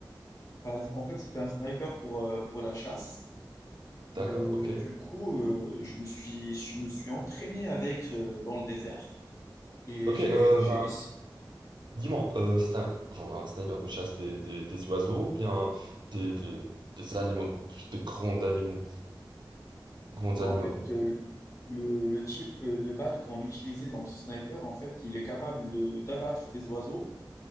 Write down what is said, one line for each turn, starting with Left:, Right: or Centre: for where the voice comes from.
Left: bah, en fait, c'était un sniper pour, euh, pour la chasse.
Right: D'accord,
Left: Euh,
Right: ok.
Left: du coup, euh, je me suis, je me suis entraîné avec euh, dans le désert. Et
Right: Ok,
Left: j'ai,
Right: euh,
Left: j'ai... ess-
Right: Dis-moi, euh, c'est un, genre un sniper de chasse des, des, des oiseaux, ou bien des, des, des animaux, des grands animaux, grands
Left: bah,
Right: animaux.
Left: en fait, euh, le, le type euh, de balle qu'on utilisait dans ce sniper, en fait, il est capable de, d'abattre des oiseaux